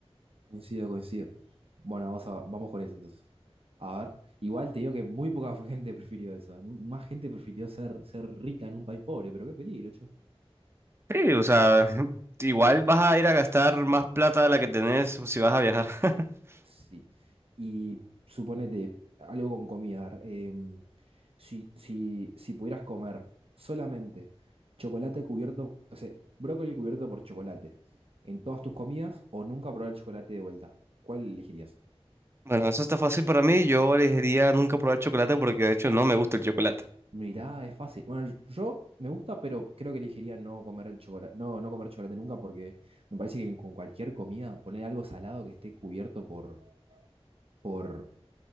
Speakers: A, on the right; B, on the right.
A: Coincido, coincido. Bueno, vamos, a- vamos con eso entonces. A ver, igual te digo que muy poca <laughs> gente prefirió eso. ¿eh? Mu- Más gente prefirió ser, ser rica en un país pobre, pero qué peligro, che.
B: Sí, o sea, <laughs> igual vas a ir a gastar más plata de la que tenés si vas a viajar. <laughs>
A: Sí. Y suponete, algo con comida. em, si, si, si pudieras comer solamente chocolate cubierto, o sea, brócoli cubierto por chocolate en todas tus comidas o nunca probar el chocolate de vuelta, ¿cuál elegirías?
B: Bueno, eso está fácil para mí. Yo elegiría nunca probar chocolate porque de hecho no me gusta el chocolate.
A: Mirá, es fácil. Bueno, yo yo me gusta, pero creo que elegiría no comer el chocolate, no, no comer chocolate nunca porque me parece que con cualquier comida poner algo salado que esté cubierto por, por,